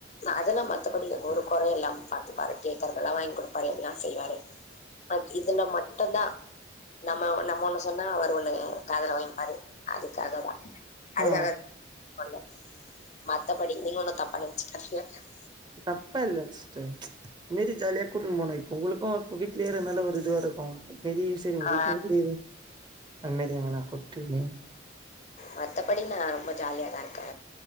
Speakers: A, on the left (about 35°); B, on the right (about 20°).
A: அதெல்லா மத்தபடி ஒரு கொறை இல்லாம் பாத்துப்பாரு கேக்கறதெல்லா வாங் கொடுப்பாரு எல்லா செய்வாரு பட் இதுன்னா மட்டுந்தா நம்ம நம்ம ஒண்ணு சொன்னா அவர் ஒண்ணு காதல வாங்கிப்பாரு அதுக்காகதா அதுக்காக
B: ஆ
A: பண்ல மத்தபடி நீங்க ஒண்ணு தப்ப நெ <unintelligible>
B: தப்பா இல்லங் சிஸ்டர் மீறி ஜாலியா கூட்ன்னு போனு இப்ப உங்களுக்கு இப்ப வீட்லேயே இருக்கனால ஒரு இதுவா இருக்கு பெரிய ஆஃபீஸ்ர் உங்களுக்
A: ஆ
B: எதுக்கு லீவு அன்னைக்கு தாங்க போட்டு இல்லையா
A: மத்தபடி நா ரொம்ப ஜாலியாதா இருக்கே